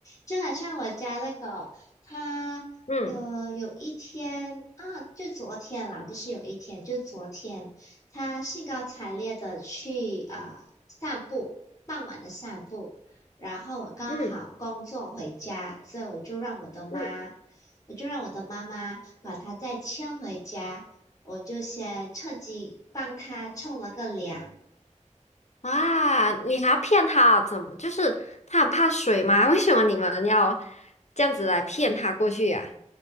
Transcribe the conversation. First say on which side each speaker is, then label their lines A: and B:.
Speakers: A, on the left; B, on the left.
A: 就好像我家的狗，它有有一天啊，
B: 嗯
A: 就昨天啦，不是有一天，就昨天，它兴高采烈的去啊、呃散步，傍晚的散步。然后我刚好工作回家，
B: 嗯
A: 所以我就让我的妈，
B: 嗯，
A: 我就让我的妈妈把它再牵回家，我就先趁机帮它冲了个凉。
B: 哇，你还要骗他？怎么？就是他很怕水吗？为什么你们要这样子来骗他过去呀、